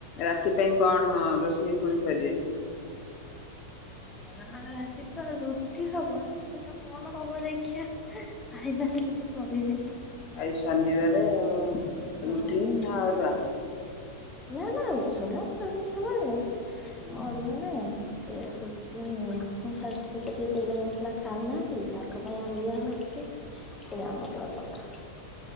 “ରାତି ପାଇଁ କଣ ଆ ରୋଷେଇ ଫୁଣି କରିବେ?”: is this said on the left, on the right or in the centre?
Left